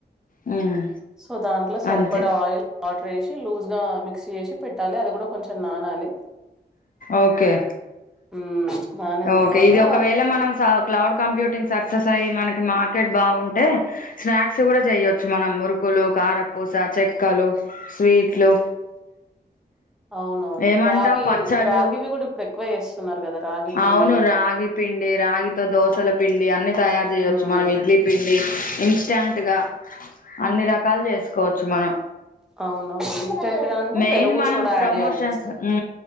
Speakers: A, on the left (about 55°); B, in the centre.
A: హ్మ్
B: సో దాంట్లో సరిపడ
A: అంతే
B: ఆయిల్ వాటర్ వేసి లూజ్గా మిక్స్ చేసి పెట్టాలి అది కూడా కొంచెం నానాలి
A: ఓకే
B: ఉమ్ నానిన
A: ఓకే
B: తర్వాత
A: ఇది ఒకవేళ మనం స క్లౌడ్ కంప్యూటింగ్ సక్సెస్ అయ్యి మనకి మార్కెట్ బాగుంటే స్నాక్స్ కూడా చేయ మనం మురుకులు కారపూస చెక్కలు స్వీట్లు
B: అవునవును
A: ఏమంటావు
B: రాగి
A: పచ్చళ్ళు
B: రాగివి కూడా ఇప్పుడు ఎక్కువ చేస్తున్నారు కదా రాగి పిండి
A: అవును రాగి పిండి రాగితో దోసల పిండి అన్ని తయారు చేయొచ్చు
B: ఉమ్
A: మనం ఇడ్లీ పిండి ఇన్స్టాంట్గా అన్ని రకాలు చేసుకోవచ్చు మనం
B: అవునవును ఇన్స్టెంట్ గా అంటే
A: మెయిన్
B: పెరుగు
A: మనం
B: సోడా
A: ప్రమోషన్స్
B: యాడ్ చేయాల్సి వస్తది
A: ఉ